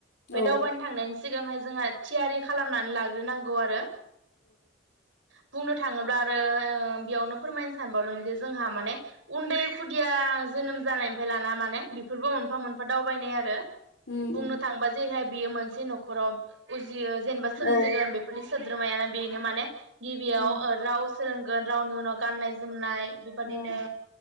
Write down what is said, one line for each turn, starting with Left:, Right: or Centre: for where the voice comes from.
Right: बे
Left: औ
Right: दावबायनो थांनायनि सिगांहाय जोंहा थियारि खालामनानै लाग्रोनांगौ आरो। बुंनो थांङोब्ला ओ बेयावनो फोरमायनो सानबावदों दि जोंहा माने उन्दै खुदिया जोनोम जानायनिफ्राय लाना माने बेफोरबो मोनफा मोनफा दावबायनाय आरो।
Left: उम
Right: बुंनो
Left: उम
Right: थांबा जेहे बेयो मोनसे नखराव उ जियो जेनेबा सोमजिगोन
Left: औ
Right: बेफोरनि सोद्रोमायानो बेनो माने गिबियाव
Left: उम
Right: ओ राव सोलोंगोन रावनि उनाव गाननाय जोमनाय बेबादिनो
Left: उम